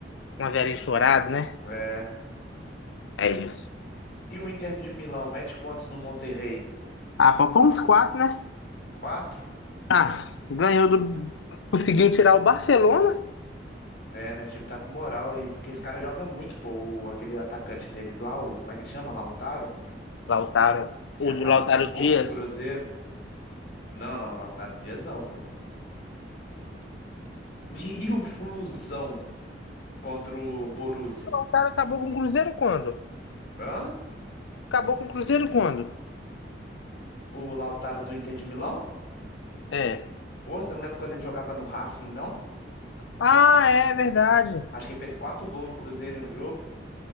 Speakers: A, on the left; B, on the left.
A: um a zero enchorado, né?
B: É.
A: É isso.
B: E o Inter de Milão, mete quantos no Monterrey?
A: Ah, poupou quatro né?
B: Quatro?
A: Ah, ganhou do. Conseguiu tirar o Barcelona.
B: É, né? O time tá com moral e porque esse cara joga muito, pô. o- aquele atacante deles lá, o, como é que ele chama? Lautaro,
A: Lautaro.
B: que
A: O
B: já acabou
A: de Lautaro Dias.
B: com o Cruzeiro.
A: O
B: Não, não, Lautaro Dias não, pô. <laughs> E, e o Flusão contra o Borussia?
A: Lautaro acabou com o Cruzeiro quando?
B: Hã?
A: Acabou com o Cruzeiro quando?
B: O Lautaro do Inter de Milão?
A: É.
B: Pô, você não lembra quando ele jogava no Racing, não?
A: Ah, é verdade.
B: Acho que ele fez quatro gols no Cruzeiro em um jogo.